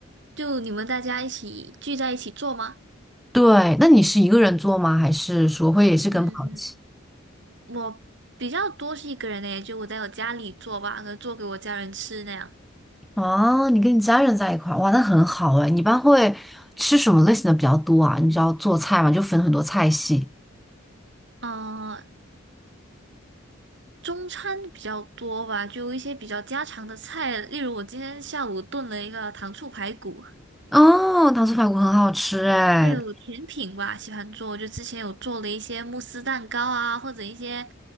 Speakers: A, on the right; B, in the centre.
A: 就你们大家一起聚在一起做吗？
B: 对，那你是一个人做吗？还是说会也是跟朋友？
A: 嗯，
B: 一起？
A: 我比较多是一个人呢，就我在我家里做吧，可能做给我家人吃那样。
B: 哦，你跟你家人在一块儿，哇，那很好哎。你一般会吃什么类型的比较多啊？你知道做菜嘛，就分很多菜系。
A: 嗯，中餐比较多吧，就一些比较家常的菜，例如我今天下午炖了一个糖醋排骨。
B: 哦，糖醋排骨很好吃哎，
A: 还有甜品吧，喜欢做，就之前有做了一些慕斯蛋糕啊，或者一些